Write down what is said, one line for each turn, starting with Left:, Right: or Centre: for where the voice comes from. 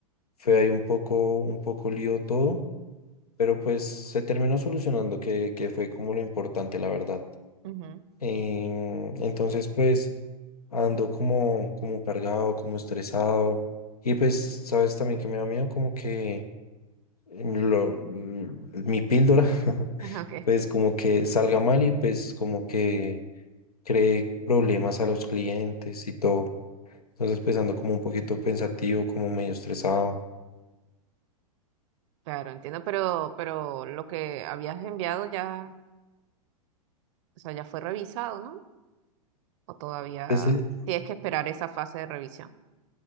Left: fue ahí un poco un poco lío todo. pero pues se terminó solucionando, que, que fue como lo importante, la verdad.
Right: Ujú.
Left: Em, entonces, pues ando como, como cargado, como estresado. Y pues, sabes también que me da miedo como que lo- l- mi píldora, <laughs>
Right: <laughs> Ok,
Left: pues como que salga mal y pues como que cree problemas a los clientes y todo. Entonces, pues ando como un poquito pensativo, como medio estresado.
Right: claro, entiendo, pero, pero lo que habías enviado ya, o sea, ya fue revisado, ¿no? O todavía
Left: Pues, eh,
Right: tienes que esperar esa fase de revisión.